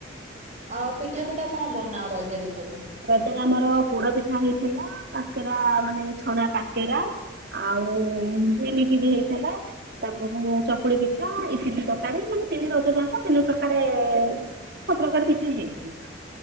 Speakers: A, on the right; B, on the right.
A: ଆଉ ପିଠା ପିଠା କଣ ବନାଅ ରଜରେ। ସବୁ?
B: ରଜ ରେ ଆମର ପୋଡ ପିଠା ହେଇଥିଲା କାକେରା ମାନେ ଛଣା କାକେରା ଆଉ ଏମିତି। ବି ହେଇଥିଲା ତାପର ଚକୁଳି ପିଠା ଏଟିଲି ତରକାରୀ ମାନେ ତିନି ରଜ ଯାକ ତିନି ପ୍ରକାର ସ ପ୍ରକାର ପିଠା ହେଇଚି।